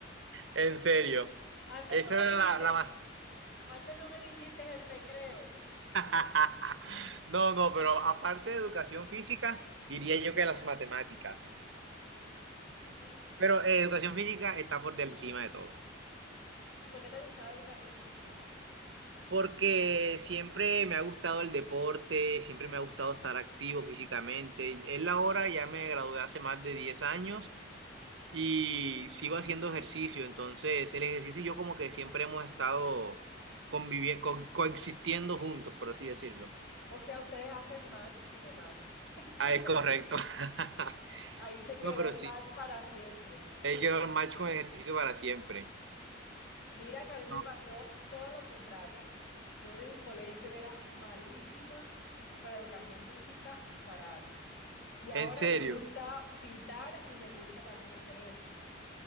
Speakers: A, on the right; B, on the left.
A: En serio.
B: Antes
A: Esa
B: no me
A: era
B: dijiste,
A: la, la más
B: antes no me dijiste el recreo.
A: <laughs> No, no, pero aparte de educación física, diría yo que las matemáticas.
B: Ok.
A: Pero eh, educación física está por del- encima de todo.
B: ¿Y por qué te gustaba educación física?
A: Porque siempre me ha gustado el deporte, siempre me ha gustado estar activo físicamente. Es la hora, ya me gradué hace más de 10 años y sigo haciendo ejercicio. Entonces, el ejercicio y yo como que siempre hemos estado conviviendo, coexistiendo juntos, por así decirlo.
B: O sea, ustedes hacen match y demás.
A: Ah,
B: <laughs>
A: es correcto. <laughs>
B: Ahí se quedó
A: No, pero
B: el
A: sí.
B: match para siempre.
A: Él quedó el match con el ejercicio para siempre.
B: Mira que a mí me
A: No,
B: pasó todo lo contrario, Leo. Yo en el colegio era malísima para educación física y para artes. Y ahora
A: En serio.
B: me gusta pintar y me gusta también hacer ejercicio.